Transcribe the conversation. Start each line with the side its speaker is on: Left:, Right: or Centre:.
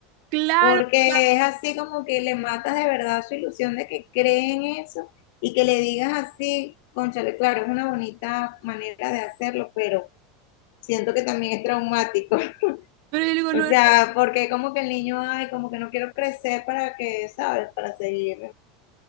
Right: Claro,
Left: porque
Right: claro.
Left: es así como que le matas de verdad su ilusión de que cree en eso y que le digas así, cónchale, claro, es una bonita manera de hacerlo, pero siento que también es traumático. <laughs>
Right: pero yo digo, no,
Left: O sea,
Right: no,
Left: porque como que el niño, ay, como que no quiero crecer para que, ¿sabes? Para seguir.